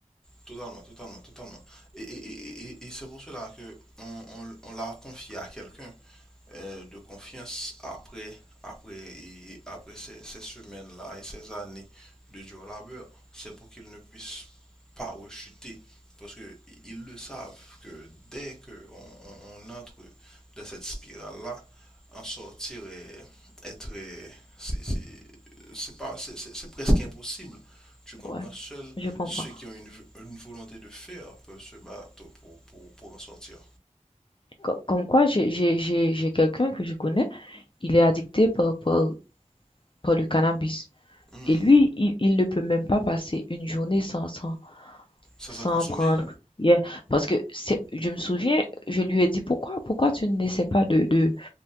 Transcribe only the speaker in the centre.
totalement, totalement, totalement. Et, et- et- et- et c'est pour cela que on, on- on l'a confié à quelqu'un euh, de confiance après, après, et après ces, ces semaines-là et ces années de dur labeur. C'est pour qu'ils ne puissent pas rechuter. Parce qu'ils le savent que dès qu'on on, entre dans cette spirale-là, en sortir est, est très. c'est- c'est- c'est pas- c'est- c'est- presque impossible. Tu comprends?
Seuls
ceux qui ont une, une volonté de faire peuvent se battre pour, pour, pour en sortir.
Hmm.
Sans
à consommer.